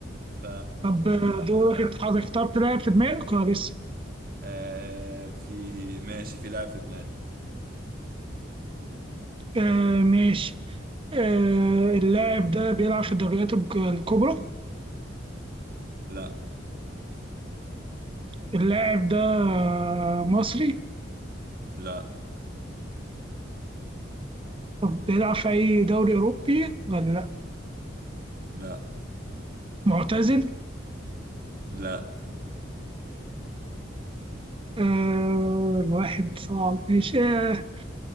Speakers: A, on the right; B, on the right.
A: ف
B: طب آه، دورك انت حضرتك اخترت لاعب في دماغك ولا لسه؟
A: آه في ماشي في لاعب في دماغي
B: آه ماشي آه، اللاعب ده بيلعب في الدوريات الج- الكبرى
A: لا
B: اللاعب ده آه، مصري
A: لا
B: طب بيلعب في أي دوري أوروبي ولا لأ
A: لا
B: معتزل
A: لا
B: آه الواحد صعب ماشي آه